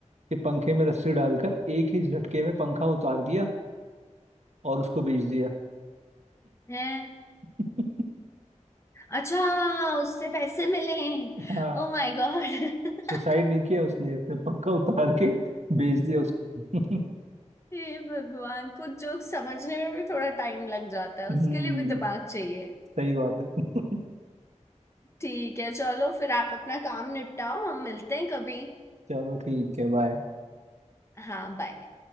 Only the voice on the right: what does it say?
कि पंखे में रस्सी डालकर एक ही झटके में पंखा उतार दिया और उसको बेच दिया
<laughs>
हाँ
सुसाइड नहीं किया उसने उसने पंखा उतार के बेच दिया उसको <laughs>
हम्म
सही बात है <laughs>
चलो ठीक है बाय